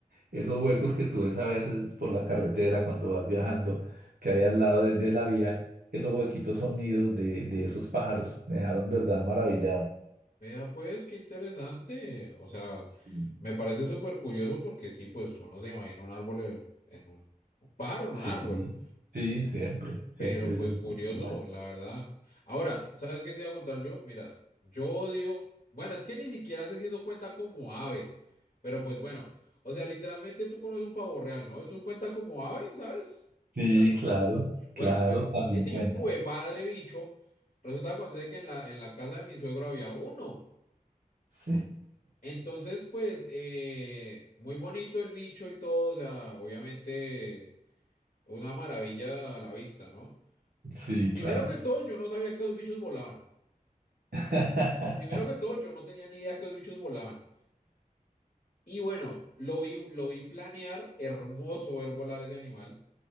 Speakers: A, on the right (about 85°); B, on the left (about 55°).
A: esos huecos que tú ves a veces por la carretera cuando vas viajando, que hay al lado de, de la vía, esos huequitos son nidos de, de esos pájaros. Me dejaron, verdad, maravillado.
B: Mira, pues qué interesante. O sea,
A: Mm.
B: me parece súper curioso porque sí, pues uno se imagina un árbol en, en un, un pájaro en
A: Sí,
B: un árbol,
A: sí, siempre,
B: pero
A: siempre. eso
B: pues
A: es lo
B: curioso,
A: que
B: la verdad. Ahora, ¿sabes qué te iba a contar yo? Mira, yo odio, bueno, es que ni siquiera sé si eso cuenta como ave, pero pues bueno, o sea, literalmente tú conoces un pavo real, ¿no? Eso cuenta como ave, ¿sabes?
A: Sí,
B: ¿Tienes alguna-
A: claro, claro,
B: Bueno, pues
A: también
B: ese
A: cuenta.
B: hijo de padre bicho, resulta que acontece que en la, en la casa de mi suegro había uno.
A: <laughs> Sí,
B: Entonces, pues, eh, muy bonito el bicho y todo, o sea, obviamente una maravilla a la vista, ¿no?
A: sí,
B: Primero
A: claro.
B: que todo, yo no sabía que los bichos volaban.
A: <laughs>
B: Primero que todo, yo no tenía ni idea que los bichos volaban. Y bueno, lo vi, lo vi planear, hermoso ver volar ese animal.